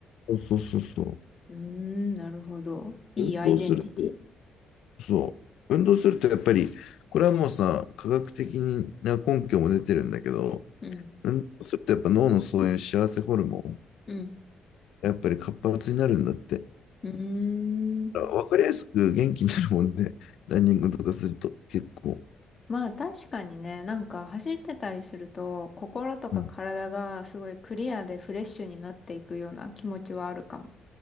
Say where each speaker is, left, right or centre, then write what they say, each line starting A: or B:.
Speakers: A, on the left (about 75°); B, on the left (about 35°).
A: う、そうそうそうそ
B: うーん、なるほど。いいアイデンティティ。
A: う。運動すると、そう。運動するとやっぱり、これはもうさ、科学的な根拠も出てるんだけど、
B: うん、
A: 運動するとやっぱ脳のそういう幸せホルモン、
B: うん、
A: やっぱり活発になるんだって。
B: うーん。
A: だからわかりやすく元気になるもんで、ランニングとかすると結構。
B: まあ、確かにね、なんか走ってたりすると、心とか体がすごいクリアでフレッシュになっていくような気持ちはあるかも。
A: うん。